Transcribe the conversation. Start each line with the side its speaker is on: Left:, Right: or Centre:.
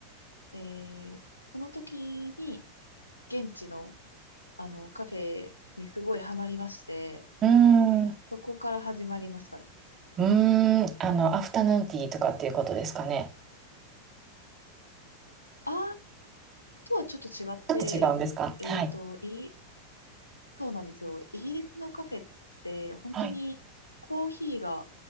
Left: えーその時に現地のあのカフェにすごいハマりまして、
Right: うーん。う
Left: そこから始まりましたね。
Right: ーん。あの、アフタヌーンティーとかっていうことですかね。
Left: あーとはちょっと違って、
Right: ちょっと違うんですかはい。
Left: えっと、イそうなんですよ。イギリスのカフェって本当にコーヒーが
Right: はい。